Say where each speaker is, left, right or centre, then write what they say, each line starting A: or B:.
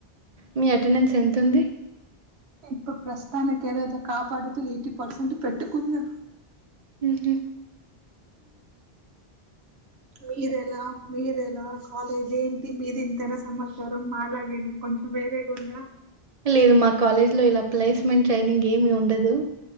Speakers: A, on the right (about 50°); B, on the right (about 80°).
A: మీ అటెండెన్స్ ఎంతుంది
B: ఇప్పుడు ప్రస్తుతానికి ఏదోదో కాపాడుతూ ఎయిటీ పర్సెంట్ పెట్టుకున్నాను
A: మ్హూ.
B: మీదేలా మీర ఎలా కాలేజ్ ఏంటి మీది ఇంతేనా సమాచారం మాలగేనా కొ వేరే గుడా
A: లేదు మా కాలేజ్ లో ఇలా ప్లేస్మెంట్ ట్రైనింగ్ ఏమి ఉండదు